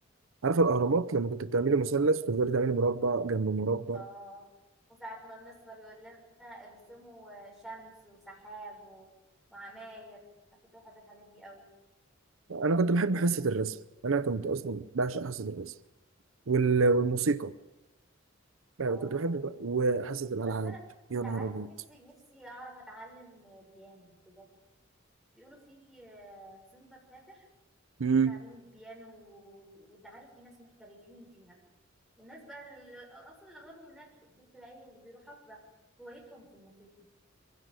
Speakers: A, on the right (about 80°); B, in the centre.
A: عارفه الاهرامات لما كنت بتعملي مثلث وتفضلي تعملي مربع جنب مربع
B: اه وساعة ما المستر يقول لنا ارسموا شمس وسحاب و... وعماير انا كنت بحب الحاجات دي قوي
A: انا كنت بحب حصه الرسم انا كنت اصلا بعشق حصه الرسم وال- والموسيقى يعني
B: اه
A: كنت بحب وحصه الالعاب
B: بس انا انت
A: يا نهار
B: عارف
A: ابيض
B: نفسي نفسي اعرف اتعلم بيانو بجد بيقولوا في آه، سنتر فاتح
A: مم.
B: لتعليم البيانو و- وانت عارف في ناس محترفين فيها والناس بقى اللي اصلا اللي اغلبهم هناك دول بتبقى ايه اللي بيروحوا بقى هوايتهم في الموسيقى